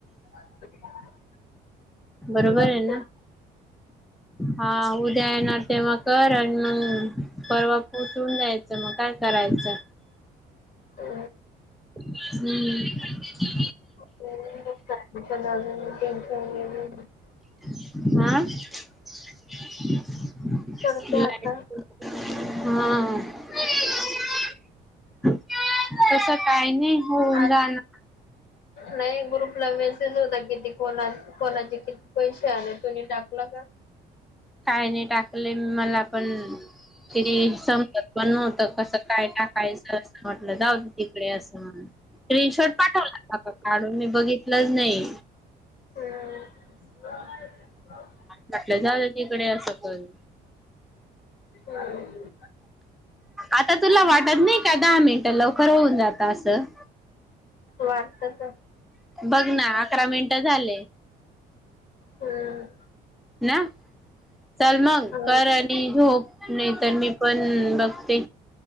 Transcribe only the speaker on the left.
<unintelligible>
मग
काय?
ते
प ट वगैर
करते आता
आज नाही ग्रुपला मेसेज होता किती कोणा कोणाची किती? पैसे आले तु्नी टाकला का?
ह.
हम्म.
वाटत तर
हम्म.
हो.